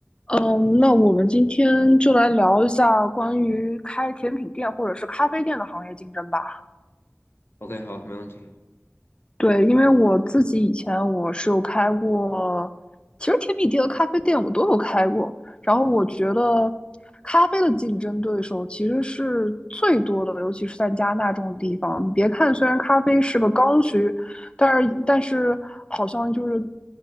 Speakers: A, on the left; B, on the left.
A: 嗯，那我们今天就来聊一下关于开甜品店或者是咖啡店的行业竞争吧。
B: OK，好，没问题。
A: 对，因为我自己以前我是有开过，其实甜品店和咖啡店我都有开过。然后我觉得，咖啡的竞争对手其实是最多的，尤其是在加拿大这种地方。你别看虽然咖啡是个刚需，但是但是好像就是